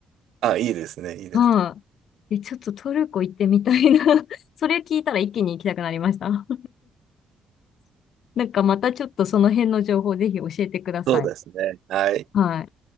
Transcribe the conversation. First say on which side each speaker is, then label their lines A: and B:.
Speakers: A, on the right; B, on the left.
A: あ、いいですね、いいですね。
B: う。はい。え、ちょっとトルコ行ってみたいな。<laughs> それ聞いたら一気に行きたくなりました。<laughs> なんかまたちょっとその辺の情報ぜひ教えてください。
A: そうですね。はい。
B: はい。